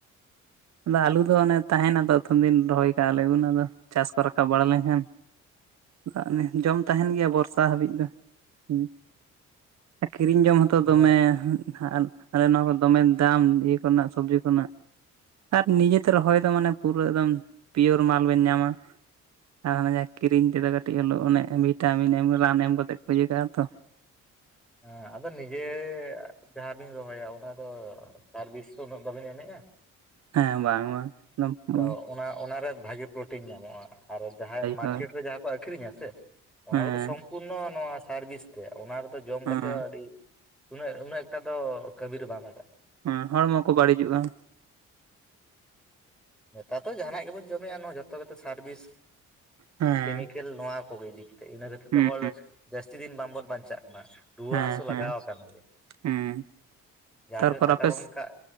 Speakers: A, on the right; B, in the centre.
A: ᱟᱫᱚ ᱟᱞᱩ ᱫᱚ ᱚᱱᱮ ᱛᱟᱦᱮᱱᱟ ᱛᱚ ᱩᱚᱛᱷᱚᱱ ᱫᱤᱱ ᱨᱚᱦᱚᱭ ᱠᱟᱜᱼᱟ ᱞᱮ ᱩᱱ ᱟᱫᱚ ᱪᱟᱥ ᱠᱚ ᱨᱟᱠᱟᱵ ᱵᱟᱲᱟ ᱞᱮᱱᱠᱷᱟᱱᱼᱼ ᱟᱜ ᱡᱚᱢ ᱛᱟᱦᱮᱱ ᱜᱮᱭᱟ ᱵᱚᱨᱥᱟ ᱦᱟᱹᱵᱤᱡ ᱫᱚ ᱦᱮᱸ ᱠᱤᱨᱤᱧ ᱡᱚᱢ ᱦᱚᱸᱛᱚ
B: ᱢᱟᱱᱮ
A: ᱫᱚᱢᱮᱼᱼ ᱟᱨ ᱟᱞᱮ ᱱᱚᱣᱟ ᱠᱚ ᱫᱚᱢᱮ ᱫᱟᱢ ᱤᱭᱟᱹ ᱠᱚ ᱨᱮᱱᱟᱜ ᱥᱚᱵᱽᱡᱤ ᱠᱚ ᱨᱮᱱᱟᱜ᱾ ᱟᱨ ᱱᱤᱡᱮ ᱛᱮ ᱨᱚᱦᱚᱭ ᱫᱚ ᱢᱟᱱᱮ ᱯᱩᱨᱟᱹ ᱮᱠᱫᱚᱢ ᱯᱤᱭᱳᱨ ᱢᱟᱞ ᱵᱮᱱ ᱧᱟᱢᱟ, ᱟᱨ ᱚᱱᱮ ᱠᱤᱨᱤᱧ ᱛᱮᱫᱚ ᱠᱟᱹᱴᱤᱡ ᱟᱞᱚ ᱚᱱᱮ ᱵᱷᱤᱴᱟᱢᱤᱱ ᱮᱢ ᱨᱟᱱ ᱮᱢ ᱠᱟᱛᱮᱫ ᱠᱚ ᱤᱭᱟᱹ ᱠᱟᱜᱼᱟ ᱛᱚ᱾
B: ᱦᱮᱸ ᱟᱫᱚ ᱱᱤᱡᱮ ᱡᱟᱦᱟᱸ ᱵᱤᱱ ᱨᱚᱦᱚᱭᱟ ᱚᱱᱟ ᱫᱚ ᱥᱟᱨ ᱵᱤᱥ ᱩᱱᱟᱹᱜ ᱵᱟᱹᱵᱤᱱ ᱮᱢᱮᱫᱼᱟ᱾
A: ᱦᱮᱸ ᱵᱟᱝ, ᱮᱠᱫᱚᱢ ᱵᱟᱝ,
B: ᱟᱫᱚ
A: ᱦᱳᱭ
B: ᱚᱱᱟ ᱚᱱᱟᱨᱮ ᱵᱷᱟᱜᱤ ᱯᱨᱳᱴᱤᱱ ᱧᱟᱢᱚᱜ-ᱟ ᱟᱨ ᱡᱟᱦᱟᱸᱭ ᱢᱟᱨᱠᱮᱴ
A: ᱦᱳᱭ
B: ᱨᱮ ᱡᱟᱦᱟᱸ ᱠᱚ ᱟᱠᱷᱨᱤᱧᱟ ᱥᱮ ᱚᱱᱟ
A: ᱦᱮᱸ
B: ᱠᱚᱫᱚ ᱥᱚᱢᱯᱩᱨᱱᱚ ᱱᱚᱣᱟ ᱥᱟᱨᱵᱷᱤᱥ ᱛᱮ ᱚᱱᱟ ᱨᱮᱫᱚ ᱡᱚᱢ
A: ᱦᱮᱸ
B: ᱠᱟᱛᱮᱫ ᱟᱹᱰᱤ ᱩᱱᱟᱹᱜ ᱩᱱᱟᱹᱜ ᱮᱠᱴᱟ ᱫᱚ ᱠᱟᱹᱢᱤ ᱨᱮ ᱵᱟᱝ ᱞᱟᱜᱟᱜ᱾
A: ᱦᱮᱸ ᱦᱚᱲᱢᱚ ᱠᱚ ᱵᱟᱹᱲᱤᱡᱚᱜ-ᱟ᱾
B: ᱱᱮᱛᱟᱨ ᱛᱚ ᱡᱟᱦᱟᱱᱟᱜ ᱜᱮᱵᱚᱱ ᱡᱚᱢᱮᱜ-ᱟ ᱱᱚᱣᱟ ᱡᱚᱛᱚ ᱜᱮᱛᱚ ᱥᱟᱨᱵᱷᱤᱥ
A: ᱦᱮᱸ
B: ᱠᱮᱢᱤᱠᱮᱞ ᱱᱚᱣᱟ ᱠᱚᱜᱮ ᱤᱫᱤ ᱤᱱᱟᱹ ᱠᱷᱟᱹᱛᱤᱨ
A: ᱦᱩᱸ
B: ᱛᱮ ᱦᱚᱲ ᱡᱟᱹᱥᱛᱤ ᱫᱤᱱ ᱵᱟᱝᱵᱚᱱ ᱵᱟᱧᱪᱟᱜ ᱠᱟᱱᱟ᱾ ᱨᱩᱣᱟᱹ
A: ᱦᱮᱸ
B: ᱦᱟᱹᱥᱳ
A: ᱦᱮᱸ
B: ᱞᱟᱜᱟᱣ ᱟᱠᱟᱱ ᱜᱮᱭᱟ
A: ᱦᱮᱸ
B: ᱡᱟᱦᱟᱸ
A: ᱛᱟᱨᱯᱚᱨ
B: ᱛᱤᱱᱟᱹᱜ ᱴᱟᱠᱟ
A: ᱟᱯᱮ
B: ᱵᱚᱱ ᱠᱟᱜ